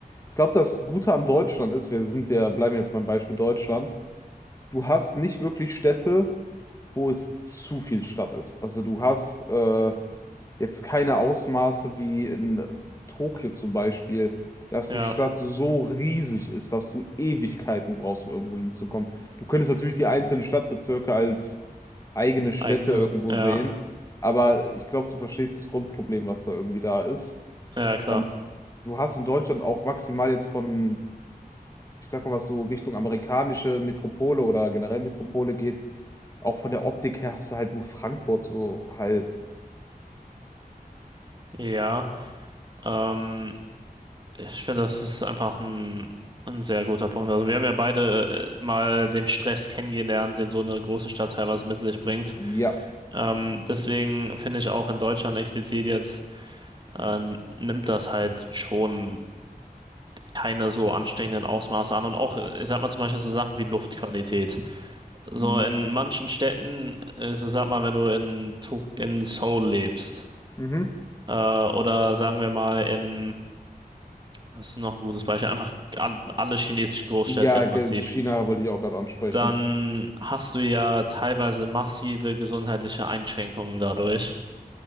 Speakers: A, on the left; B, on the right.
A: Ich glaube, das Gute an Deutschland ist, wir sind ja, bleiben jetzt beim Beispiel Deutschland, du hast nicht wirklich Städte, wo es zu viel Stadt ist. Also du hast äh, jetzt keine Ausmaße wie in Tokio zum Beispiel, dass
B: Ja,
A: die Stadt so riesig ist, dass du Ewigkeiten brauchst, um irgendwo hinzukommen. Du könntest natürlich die einzelnen Stadtbezirke als eigene Städte
B: eigene,
A: irgendwo
B: ja,
A: sehen, aber ich glaube, du verstehst das Grundproblem, was da irgendwie da ist.
B: ja, klar.
A: Ähm, du hast in Deutschland auch maximal jetzt von, ich sag mal was so Richtung amerikanische Metropole oder generell Metropole geht, auch von der Optik her hast du halt nur Frankfurt so halb.
B: Ja, ähm, ich finde, das ist einfach ein, ein sehr guter Punkt. Also wir haben ja beide äh, mal den Stress kennengelernt, den so eine große Stadt teilweise mit sich bringt.
A: Ja,
B: Ähm, deswegen finde ich auch in Deutschland explizit jetzt äh, nimmt das halt schon keine so ansteckenden Ausmaße an. Und auch, ich sag mal zum Beispiel so Sachen wie Luftqualität. So
A: ja.
B: in manchen Städten ist es, sag mal, wenn du in, Tu- in Seoul lebst,
A: Mhm.
B: äh, oder sagen wir mal in, das ist noch ein gutes Beispiel, einfach an- alle chinesischen Großstädte
A: Ja,
B: im
A: ge-
B: Prinzip,
A: China wollte ich auch gerade ansprechen.
B: dann hast du ja teilweise massive gesundheitliche Einschränkungen dadurch.